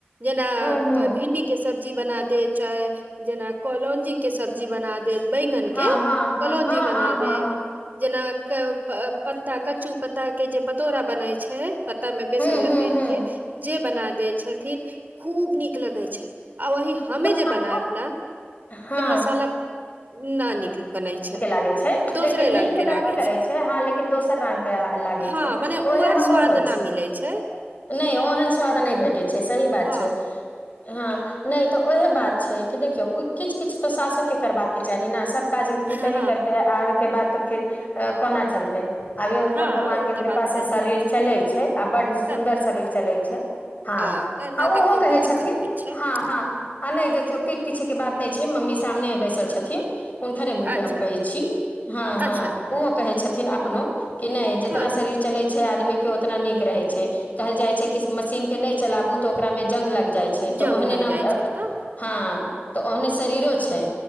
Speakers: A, on the right (about 50°); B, on the left (about 40°).
A: जेना
B: हूँ हूँ
A: भिंडी के सब्जी बना दे चाहे जेना कोलोंजी के सब्जी बना दे बैंगन
B: हँ
A: के
B: हँ हँ
A: कलोंजी
B: हँ
A: बना
B: हँ हँ
A: देत
B: हँ
A: जेना <unintelligible> पत्ता कच्चू पत्ता के जे पतोरा बनाय छै पत्ता मे बेसन
B: हूँ
A: लपेट
B: हूँ हूँ
A: केँ जे बना दै छथिन खूब नीक लगै छै आ वही हमे
B: तऽ
A: जे
B: अहाँ
A: बनायब न
B: हँ
A: तो मसाला न निक बनै छै
B: लागे छै
A: दोसरे
B: देखिय नीक
A: रंग के
B: तऽ
A: लागे
B: लगबे करै
A: छै
B: हँ लेकिन दोसर रंग के लागै
A: हँ
B: छै
A: मने
B: ओहे
A: ओ आर
B: हमरो
A: स्वाद
B: होइ
A: न मिलै छै छै
B: नहि ओहन स्वाद नहि भेटै छै सही बात
A: हँ
B: छै हँ नहि तऽ ओहे बात छै कि देखियौ किछ किछ तऽ सासो के करबाक के चाही ने सब काज पुतेह
A: हँ
B: करते आबे के बाद तो फिर कोना चलतै अभी हुनकर
A: हँ
B: भगवान
A: ओ
B: के
A: तऽ
B: कृपा
A: बात सही
B: से शरीर चले छै आ बड्ड सुन्दर
A: तब की?
B: शरीर चलै छै हँ
A: ओ तऽ
B: आ
A: नहि
B: ओहो
A: तऽ कोनो
B: कहे
A: दिक्कत
B: छथिन
A: नहि छै
B: ह ह आ नहि देखिय पीठ पीछेके बात नहि छै मम्मी सामने बैसल छथिन हुनकरे मुँह
A: अच्छा
B: पे हम कहै छी हँ हँ
A: अच्छा
B: ओहो कहै छथिन अपनो कि नहि जैतना
A: हँ
B: शरीर चलै छै आदमी केँ ओतना नीक रहैत छै कहल जाइ छै कि मशीनके नहि चलाबू तऽ ओकरामे जंग लाग जाइत छै
A: जंग
B: तऽ ओहने
A: लग
B: न
A: जाइ छै तऽ
B: हँ त ओहने शरीरो छै